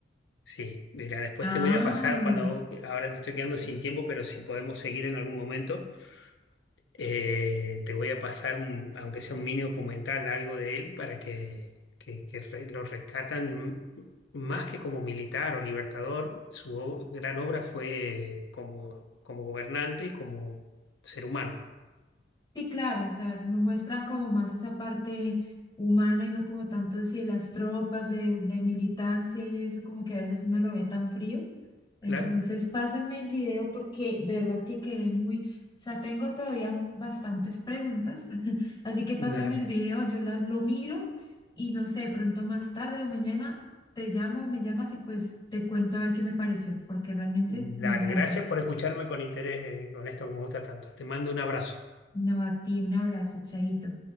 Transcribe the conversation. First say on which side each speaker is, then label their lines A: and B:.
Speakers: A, on the left; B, on the left.
A: Sí, mira, después
B: Ah.
A: te voy a pasar cuando, ahora me estoy quedando sin tiempo, pero si podemos seguir en algún momento. Eh, te voy a pasar, un- aunque sea un mini documental, algo de él para que, que- que re- lo rescatan m- más que como militar o libertador. Su o- gran obra fue como, como gobernante y como ser humano.
B: Sí, claro, o sea, me muestran como más esa parte humana y no como tanto si las tropas de, de militancia y eso, como que a veces uno lo ve tan frío. Entonces,
A: Claro.
B: pásame el video porque de verdad que quedé muy, o sea, tengo todavía bastantes preguntas, <laughs> así que pásame
A: Dale.
B: el video, yo las lo miro y no sé, pronto más tarde o mañana te llamo, me llamas y pues te cuento a ver qué me pareció, porque realmente
A: Dale.
B: me encantó.
A: Gracias por escucharme con interés, eh, con esto que me gusta tanto. Te mando un abrazo.
B: No, a ti, un abrazo, chaito.